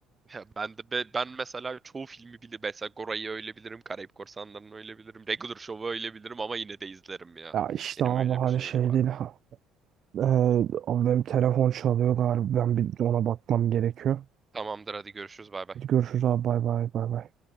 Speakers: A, on the right; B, on the right.
A: Ya ben de be- ben mesela çoğu filmi bile mesela Gora'yı öyle bilirim, Karayip Korsanları'nı öyle bilirim, Regular Show'u öyle bilirim ama yine de izlerim ya.
B: Ya işte
A: Benim
B: abi
A: öyle
B: hani
A: bir şeyim
B: şey
A: var.
B: değil ha. Ee, abi benim telefon çalıyor galiba. Ben bir ona bakmam gerekiyor.
A: Tamamdır hadi görüşürüz bay bay.
B: Hadi görüşürüz abi bay bay bay bay.